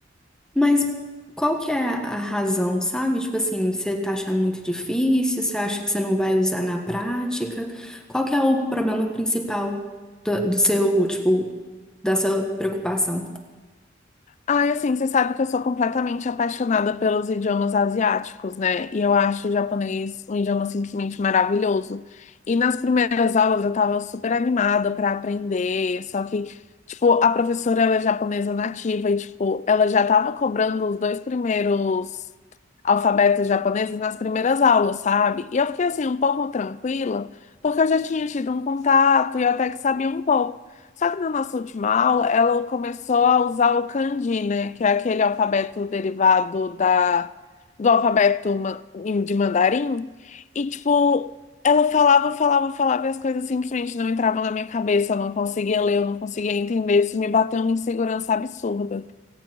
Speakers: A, in the centre; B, on the left.
A: Mas qual que é a a razão, sabe? Tipo assim, você tá achando muito difícil, você acha que você não vai usar na prática? Qual que é o problema principal do, do seu, tipo, da sua preocupação?
B: Ai, assim, você sabe que eu sou completamente apaixonada pelos idiomas asiáticos, né? E eu acho o japonês um idioma simplesmente maravilhoso. E nas primeiras aulas eu tava super animada para aprender, só que, tipo, a professora ela é japonesa nativa e, tipo, ela já tava cobrando os dois primeiros alfabetos japoneses nas primeiras aulas, sabe? E eu fiquei, assim, um pouco tranquila, porque eu já tinha tido um contato e eu até que sabia um pouco. Só que na nossa última aula, ela começou a usar o kanji, né? Que é aquele alfabeto derivado da, do alfabeto ma- de mandarim. E, tipo, ela falava, falava, falava e as coisas simplesmente não entravam na minha cabeça. Eu não conseguia ler, eu não conseguia entender. Isso me bateu uma insegurança absurda.